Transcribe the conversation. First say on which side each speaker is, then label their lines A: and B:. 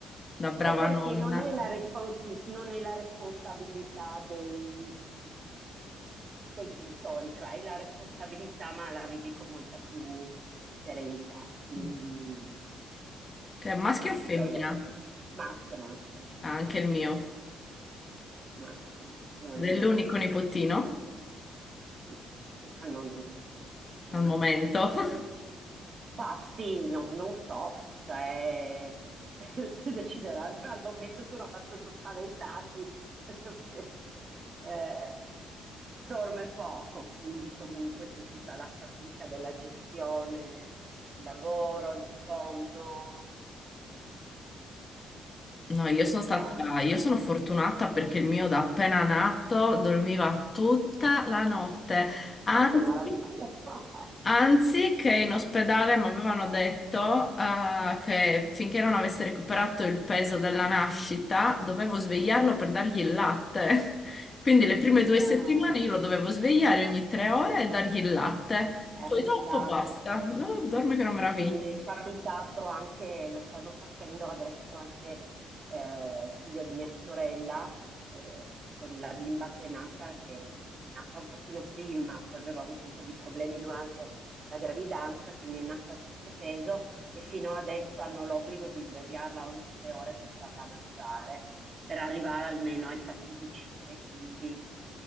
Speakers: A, on the left; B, on the right.
A: da brava
B: È perché
A: nonna.
B: non è la, Sì. responsi- non è la responsabilità dei, dei genitori, cioè hai la responsabilità ma la vivi con molta più serenità, quindi
A: Mm. Che è maschio
B: è Maschio? piacevole.
A: o femmina?
B: Maschio, maschio,
A: Ah, anche il mio.
B: maschio, maschio.
A: Ed
B: E
A: è l'unico nipotino
B: Sì, sì, al momento sì. Eh,
A: al momento. <laughs>
B: quindi, bah, sì, no- non so se, <laughs> se decideranno, al momento sono abbastanza spaventati <laughs> perché eh, dorme poco, quindi comunque c'è tutta la fatica della gestione, il lavoro, il sonno, eh,
A: No, io sono stata,
B: però,
A: io sono fortunata perché il mio da appena nato dormiva tutta la notte. Anzi,
B: oh che meraviglia! <laughs>
A: Anzi, che in ospedale mi avevano detto eh, che finché non avesse recuperato il peso della nascita, dovevo svegliarlo per dargli il latte. <laughs> Quindi le prime due
B: Eh,
A: settimane io lo dovevo svegliare ogni tre ore e dargli il latte.
B: è
A: Poi
B: relax.
A: dopo basta. Oh, dorme che è una meraviglia.
B: È capitato anche, lo stanno facendo adesso anche eh, il figlio di mia sorella eh, con la bimba che è nata, che è nata un pochino prima, poi aveva avuto un po' di problemi durante la gravidanza, quindi è nata sottopeso e fino adesso hanno l'obbligo di svegliarla ogni tre ore per farla mangiare, per arrivare almeno ai fatidici 3 kg